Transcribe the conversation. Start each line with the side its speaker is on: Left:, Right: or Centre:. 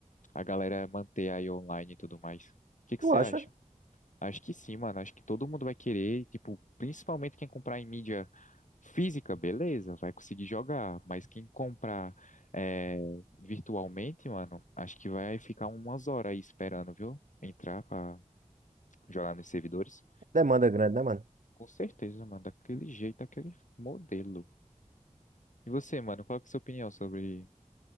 Left: a galera manter aí online e tudo mais. O que que
Right: Tu
Left: você
Right: acha?
Left: acha? Acho que sim, mano. Acho que todo mundo vai querer, tipo, principalmente quem comprar em mídia física, beleza, vai conseguir jogar. Mas quem comprar é, virtualmente, mano, acho que vai ficar umas horas aí esperando, viu? Entrar pra jogar nos servidores.
Right: Demanda grande, né, mano?
Left: Com certeza, mano. Daquele jeito, daquele modelo. E você, mano, qual que é a sua opinião sobre